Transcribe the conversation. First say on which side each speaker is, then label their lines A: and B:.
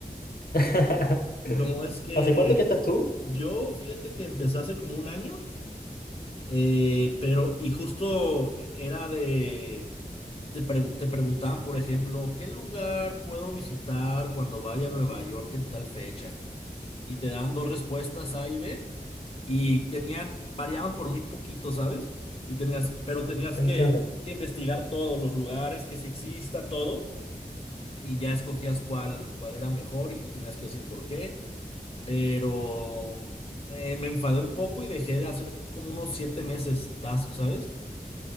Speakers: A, on the left; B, on the left.
A: <laughs>
B: Y como es que
A: ¿Hace cuánto que estás tú?
B: yo, fíjate que empecé hace como un año. Eh, pero, y justo e, era de, te, pregu- te preguntaban, por ejemplo, ¿qué lugar puedo visitar cuando vaya a Nueva York en tal fecha? Y te daban dos respuestas A y B, y tenían, variaban por muy poquito, ¿sabes? Y tenías, pero tenías
A: Entiendo,
B: que, que investigar todos los lugares, que si exista todo, y ya escogías cuál, cuál era mejor y tenías que decir por qué, pero eh, me enfadé un poco y dejé de hacer como unos siete meses task, ¿sabes?